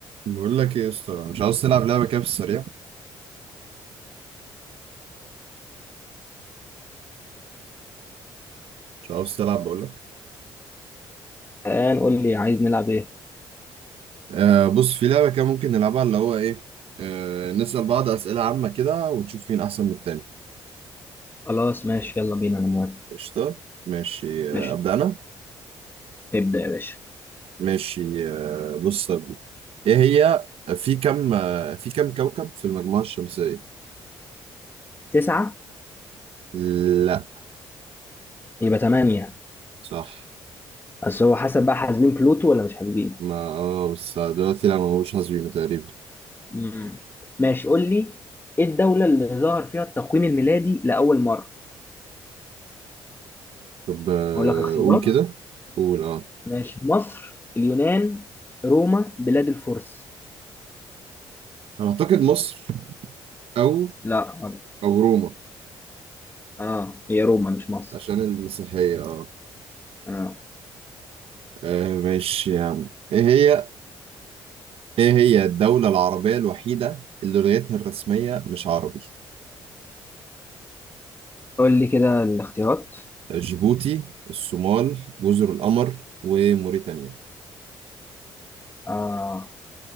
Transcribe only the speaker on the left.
الآن قول لي عايز نلعب إيه؟
خلاص ماشي يلا بينا أنا موافق
ماشي
ابدأ يا باشا
تسعة
يبقى تمانية
بس هو حسب بقى حاسبين بلوتو ولا مش حاسبين؟
مم. ماشي قول لي إيه الدولة اللي ظهر فيها التقويم الميلادي لأول مرة؟
أقول لك اختيارات
ماشي مصر اليونان روما بلاد الفرس
لا غلط.
اه هي روما مش مصر
اه
قول لي كده الاختيارات
آه